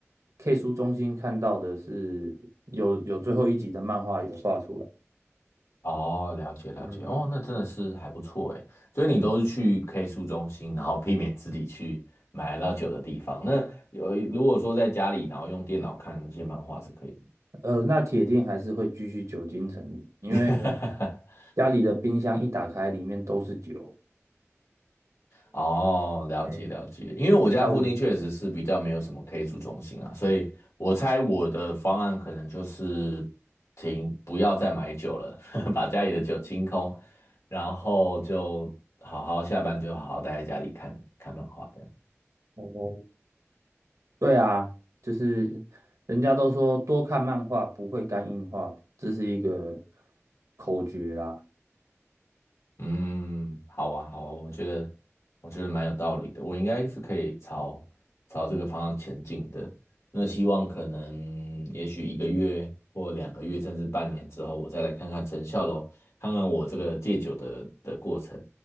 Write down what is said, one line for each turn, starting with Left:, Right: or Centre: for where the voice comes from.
Right: K 书中心看到的是有有最后一集的漫画有画出来，
Left: 哦，了解了解。
Right: 嗯，
Left: 哦，那真的是还不错诶。所以你都是去 K 书中心，然后避免自己去买到酒的地方。那有如果说在家里，然后用电脑看一些漫画是可以的。
Right: 呃，那铁定还是会继续久经成瘾，因为
Left: <laughs>
Right: 家里的冰箱一打开，里面都是酒。
Left: 哦，了解了解，
Right: 哎
Left: 因为我家附近确实是比较没有什么
Right: 要我
Left: K 组中心啊，所以我猜我的方案可能就是停，不要再买酒了，<laughs> 把家里的酒清空，然后就好好下班就好好待在家里看看漫画这样。
Right: 哦，对啊，就是人家都说多看漫画不会肝硬化，这是一个口诀啦。
Left: 嗯，好啊，好啊，我觉得我觉得蛮有道理的，我应该是可以朝朝这个方向前进的。那希望可能也许一个月或两个月，甚至半年之后，我再来看看成效咯，看看我这个戒酒的的过程，